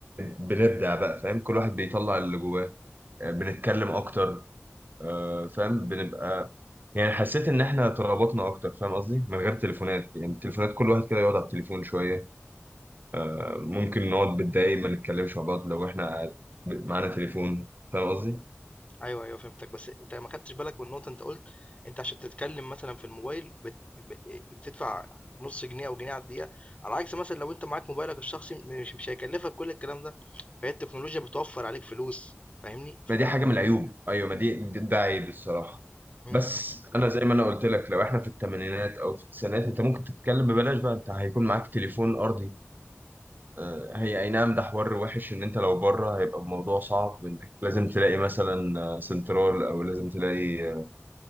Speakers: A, on the right; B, on the left.
A: بنبدع بقى فاهم كل واحد بيطلع اللي جواه آه، بنتكلم اكتر آه، فاهم بنبقى يعني حسيت ان احنا ترابطنا اكتر فاهم قصدي من غير تليفونات يعني التليفونات كل واحد كده يقعد على التليفون شويه آه، ممكن نقعد بالدقايق ما نتكلمش مع بعض لو احنا ب- معانا تليفون فاهم قصدي
B: أيوه، أيوه فهمتك. بس أنت ما خدتش بالك من نقطة أنت قُلت أنت عشان تتكلم مثلًا في الموبايل بت ب آآ بتدفع نُص جنيه أو جنيه على الدقيقة، على عكس مثلًا لو أنت معاك موبايلك الشخصي مش مش هيكلفك كل الكلام ده، فهي التكنولوجيا بتوفّر عليك فلوس فاهمني؟ ف
A: ما دي حاجه من العيوب ايوه ما دي د- ده عيب الصراحه
B: إمم.
A: بس انا زي ما انا قلت لك لو احنا في الثمانينات او في التسعينات انت ممكن تتكلم ببلاش بقى انت هيكون معاك تليفون ارضي آه، هي اي نعم ده حوار وحش ان انت لو بره هيبقى الموضوع صعب انك لازم تلاقي مثلا آه، سنترال او لازم تلاقي آه،